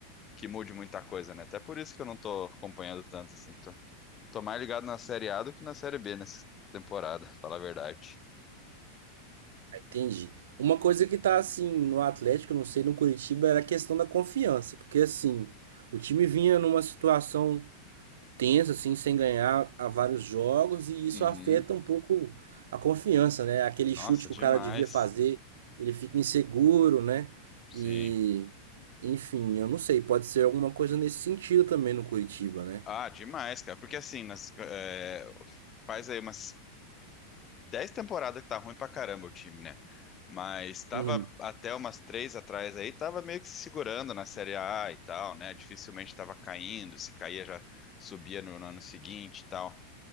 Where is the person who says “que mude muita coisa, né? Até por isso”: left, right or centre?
Left